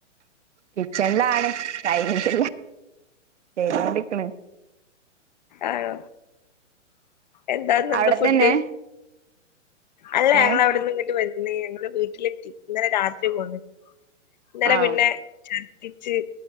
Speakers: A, on the right; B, on the left.
A: കിച്ചൺലാണ് കൈഞ്ഞിട്ടില്ല ചെയ്തോണ്ടിര്ക്ക്ണ്
B: ആണോ എന്താന്നന്താ
A: അവിടെ
B: ഫുഡ്
A: തന്നെ
B: അല്ല ഞങ്ങള്
A: ഏഹ്
B: അവട്ന്ന് ഇങ്ങോട്ട് വന്നീ നി. ഞങ്ങള് വീട്ടിലെത്തി. ഇന്നലെ രാത്രി പോന്ന്. ഇന്നലെ
A: ആഹ്
B: പിന്നെ ചർദിച്ച്